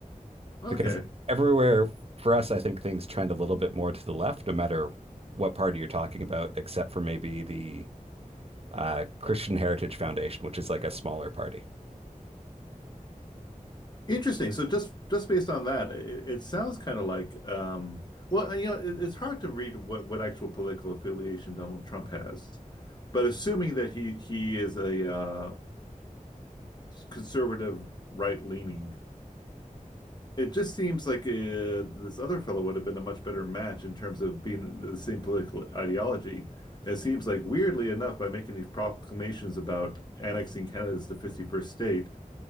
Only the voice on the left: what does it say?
Okay.
Interesting. So just just based on that, it, it sounds kind of like um well, you know, it, it's hard to read what what actual political affiliation Donald Trump has. But assuming that he he is a uh conservative right-leaning, it just seems like uh, this other fellow would have been a much better match in terms of being the same political ideology. It seems like weirdly enough, by making these proclamations about annexing Canada's the 51st state,